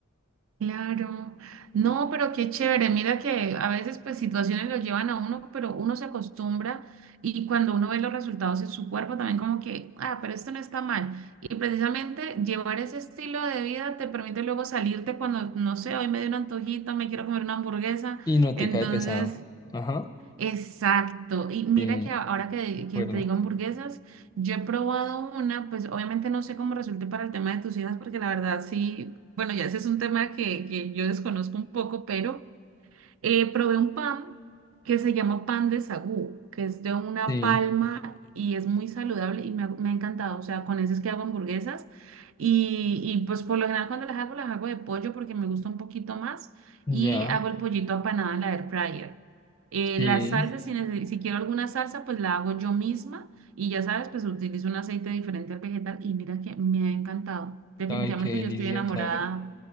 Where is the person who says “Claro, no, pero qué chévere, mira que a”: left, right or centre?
Right